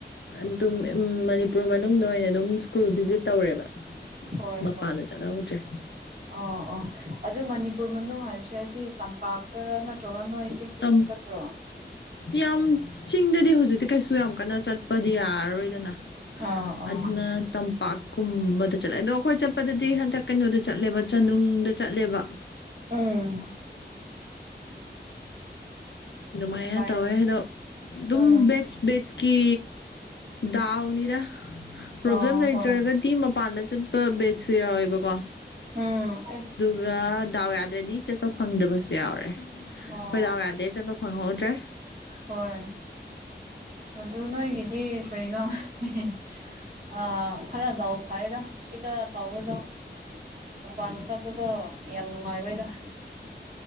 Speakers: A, on the left; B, on the right.
A: ꯑꯗꯨꯝ ꯃꯅꯤꯄꯨꯔ ꯃꯅꯨꯡꯗ ꯑꯣꯏꯅ ꯑꯗꯨꯝ ꯁ꯭ꯀꯨꯜ ꯚꯤꯖꯤꯠ ꯇꯧꯔꯦꯕ
B: ꯍꯣꯏ
A: ꯃꯄꯥꯟꯗ
B: ꯍꯣꯏ
A: ꯆꯠꯍꯧꯗ꯭ꯔꯦ
B: ꯑꯣ ꯑꯣ ꯑꯗꯨ ꯃꯅꯤꯄꯨꯔ ꯃꯅꯨꯡ ꯍꯥꯏꯕꯁꯦ ꯑꯁꯤ ꯇꯝꯄꯥꯛꯇꯔꯥ ꯅꯠꯇ꯭ꯔꯒ ꯅꯣꯏ ꯆꯤꯡ ꯗ
A: ꯇꯝ
B: ꯁꯨ ꯆꯠꯄ꯭ꯔꯣ
A: ꯌꯥꯝ ꯆꯤꯡꯗꯗꯤ ꯍꯧꯖꯤꯛꯇ ꯀꯩꯁꯨ ꯌꯥꯝ ꯀꯟꯅ ꯆꯠꯄꯗꯤ ꯌꯥꯔꯔꯣꯏꯗꯅ
B: ꯑꯥ ꯑꯥ
A: ꯑꯗꯨꯅ ꯇꯝꯄꯥꯛꯀꯨꯝꯕꯗ ꯆꯠꯂꯦ ꯑꯗꯣ ꯑꯩꯈꯣꯏ ꯆꯠꯄꯗꯗꯤ ꯍꯟꯗꯛ ꯀꯩꯅꯣꯗ ꯆꯠꯂꯦꯕ ꯆꯅꯨꯡꯗ ꯆꯠꯂꯦꯕ
B: ꯎꯝ
A: ꯑꯗꯨꯃꯥꯏꯅ
B: ꯐꯩ
A: ꯇꯧꯋꯦ ꯑꯗꯣ ꯑꯗꯨꯝ
B: ꯎꯝ
A: ꯕꯦꯁ ꯕꯦꯁꯀꯤ ꯗꯥꯎꯅꯤꯗ ꯄ꯭ꯔꯣꯕ꯭ꯂꯦꯝ
B: ꯑꯣ
A: ꯂꯩꯇ꯭ꯔꯒꯗꯤ
B: ꯍꯣꯏ
A: ꯄꯥꯟꯅ ꯆꯠꯄ ꯕꯦꯠꯁꯨ ꯌꯥꯎꯋꯦꯕꯀꯣ
B: ꯎꯝ
A: ꯑꯗꯨꯒ ꯗꯥꯎ ꯌꯥꯗ꯭ꯔꯗꯤ ꯆꯠꯄ ꯐꯪꯗꯕꯁꯨ ꯌꯥꯎꯔꯦ
B: ꯑꯣ
A: ꯍꯣꯏ ꯗꯥꯎ ꯌꯥꯗ꯭ꯔꯦ ꯆꯠꯄ ꯐꯪꯍꯧꯗ꯭ꯔꯦ
B: ꯍꯣꯏ ꯑꯗꯨ ꯅꯣꯏꯒꯤꯗꯤ ꯀꯔꯤꯅꯣ <unintelligible> ꯍꯥꯏꯗ ꯁꯤꯗ ꯇꯥꯎꯕꯗꯣ ꯃꯄꯥꯟ ꯆꯠꯄꯗꯣ ꯌꯥꯝ ꯅꯨꯡꯉꯥꯏꯔꯣꯏꯗ